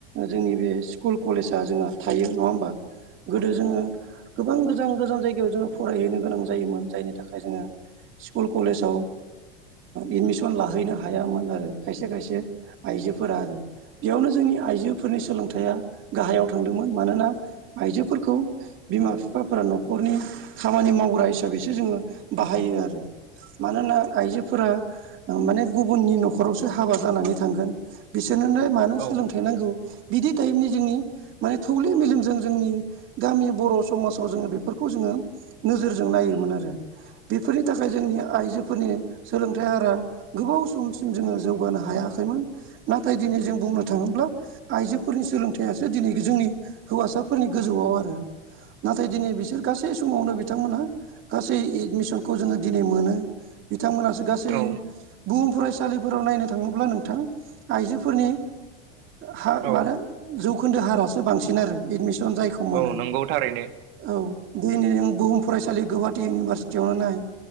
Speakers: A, on the right; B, on the right.
A: जोंनि बे स्कुल कलेज आ जोंहा थायो नङा होमबा गोदो जोङो गोबां गो गोजान गोजान जायगायाव जोङो फरायहैनो गोनां जायोमोन जायनि थाखाय जोङो स्कुल कलेजाव एदमिसन लाहैनो हायामोन आरो खायसे खायसे आइजोफोरा आरो बेयावनो जोंनि आइजोफोरनि सोलोंथाया गाहायाव थांदोंमोन मानोना आइजोफोरखौ बिमा बिफाफोरा न'खरनि खामानि मावग्रा हिसाबैसो जोङो बाहायो आरो मानोना आइजोफोरा माने गुबुननि न'खरावसो हाबा जानानै थांगोन बिसोरनोनो मानो
B: औ
A: सोलोंथ नांगौ बिदि टाइबनि जोंनि माने थौले मेलेमजों जोंनि गामि बर' समाजाव जोङो बेफोरखौ जोङो नोजोरजों नायोमोन आरो बेफोरनि थाखाय जोंनि आइजोफोरनि सोलोंथाइ हारा गोबाव समसिम जोङो जौगानो हायाखैमोन नाथाय दिनै जों बुंनो थाङोब्ला आइजोफोरनि सोलोंथा यासो दिनै जोंनि हौवासाफोरनि गोजौआव आरो नाथाय दिनै बिसोर गासै समावनो बिथांमोनहा गासै एडमिसनखौ जोङो दिनै मोनो बिथांमोनासो गासै
B: औ
A: बुहुम फरायसा सालिफोराव नायनो थाङोब्ला नोंथां आइजोफोरनि हार
B: औ
A: मान जौखोन्दो हारासो बांसिन आरो एदमिसन जायखौ मोनो
B: औ नंगौ थारैनो
A: औ दैनि नों बुहुम फरायसालि गुवाहाटि इउनिभारसिटियावनो नाय